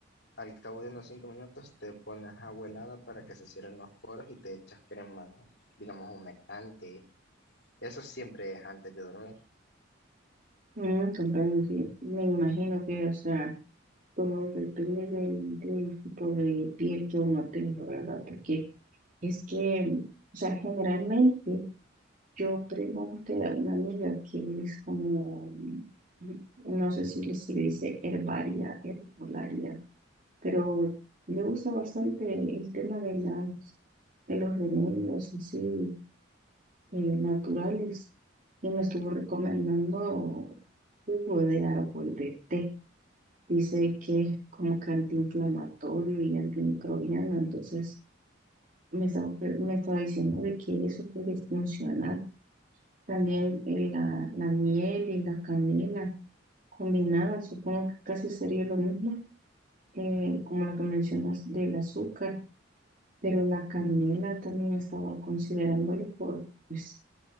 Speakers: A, on the left; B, on the right.
A: Al cabo de unos 5 minutos te pones agua helada para que se cierren los poros y te echas crema, digamos, humectante. Eso siempre es antes de dormir.
B: Mm, comprendo, sí. Me imagino que, o sea, todo depende del, del tipo de piel que uno tenga, ¿verdad? Porque Es que, mm, o sea, generalmente yo pregunté a una amiga que es como, mm, no sé si le- se le dice herbaria, herbolaria, pero le gusta bastante el tema de las, de los remedios así eh, naturales y me estuvo recomendando jugo de árbol de té. Dice que es como que antiinflamatorio y antimicrobiano, entonces me estaba, pre- me estaba diciendo de que eso puede funcionar. También eh, la, la miel y la canela combinadas, supongo que casi sería lo mismo, eh, como lo que mencionas del azúcar, pero la canela también estaba considerándolo por, pues,